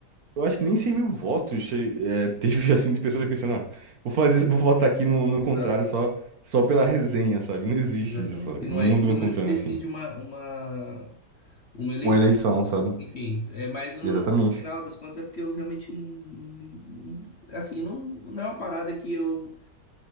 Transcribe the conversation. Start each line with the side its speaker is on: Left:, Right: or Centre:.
Right: Eu acho que nem cem mil votos che- é, <laughs> teve, assim, de pessoas pensando, ah, vou fazer, vou votar aqui no, no
Left: Exato,
Right: contrário só, só pela resenha, sabe? Não existe
Left: exatamente.
Right: isso, sabe?
Left: E não
Right: O mundo
Left: é esse número
Right: não funciona
Left: que decide
Right: assim.
Left: uma, uma, uma eleição.
Right: Uma eleição, sabe?
Left: Enfim, é, mas no,
Right: Exatamente.
Left: no- no final das contas é porque eu realmente não, não me- não- assim, não, não é uma parada que eu